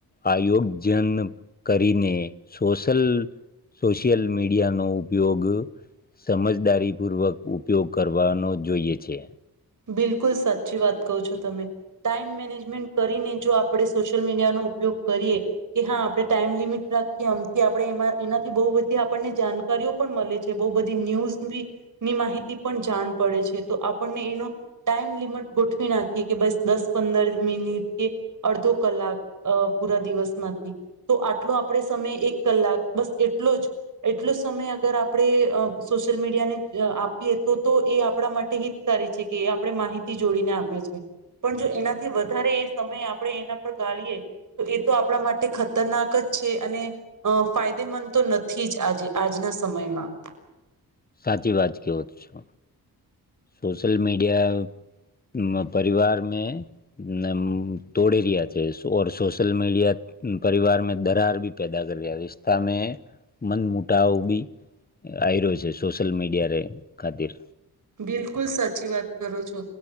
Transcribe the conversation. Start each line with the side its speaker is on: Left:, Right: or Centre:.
Left: આયોજન કરીને સોશલ સોશિયલ મીડિયાનો ઉપયોગ સમજદારીપૂર્વક ઉપયોગ કરવાનો જોઈએ છે.
Right: બિલકુલ સાચી વાત કહો છો તમે ટાઈમ મેનેજમેન્ટ કરીને જો આપણે સોશિયલ મીડિયાનો ઉપયોગ કરીએ કે હા આપણે ટાઈમ લિમિટ રાખીએ આમથી આપણે એ એનાથી બહુ બધી આપણને જાણકારીઓ પણ મળે છે બહ બધી ન્યૂઝ ની માહિતી પણ જાણ પડે છે તો આપણને એનો ટાઈમ લિમિટ ગોઠવી નાખીએ કે બસ દસ પંદર મિનિટ કે અડધો કલાક અ પૂરા દિવસ માંથી તો આટલો આપણેે સમય એક કલાક બસ એટલો જ એટલો સમય અગર આપણે સોશિયલ મીડિયા ને આપીએ તો તો એ આપણા માટે હિતકારી છે. કે આપણે માહિતી જોડીને આપે છે. પણ જો એનાથી વધારે એ સમય આપણે એના પર ગાળીએ તો એ તો આપણા માટે ખતરનાક જ છે અને અ ફાયદેમંદ તો નથી જ આજે આજના સમયમાં.
Left: સાચી વાત કે ઓ છો. સોશલ મીડિયા પરિવાર મે ને તોડે રહ્યા છે ઓર સોશલ મીડિયા પરિવાર મે દરાર ભી પેદા કર રહ્યા રિશતા મે મન મુટાવ બી આવી રહ્યો છે સોશિયલ મીડિયા રે ખાતીર.
Right: બિલકુલ સાચી વાત કરો છો.